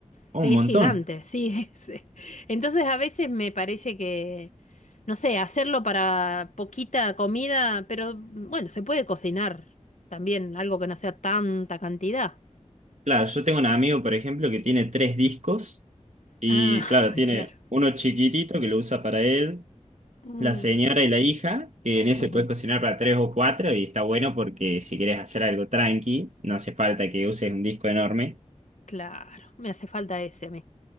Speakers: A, on the left; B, on the right.
A: Sí,
B: Oh, un montón.
A: es gigante, sí. <laughs> es- Entonces a veces me parece que, no sé, hacerlo para poquita comida, pero bueno, se puede cocinar también, algo que no sea tanta cantidad.
B: Claro, yo tengo un amigo, por ejemplo, que tiene tres discos y
A: Ah,
B: claro, tiene
A: <laughs> claro.
B: uno chiquitito que lo usa para él,
A: Mm,
B: la señora y la hija, que en ese
A: ujú,
B: puedes cocinar para tres o cuatro y está bueno porque si quieres hacer algo tranqui, no hace falta que uses un disco enorme.
A: Claro, me hace falta ese a mí.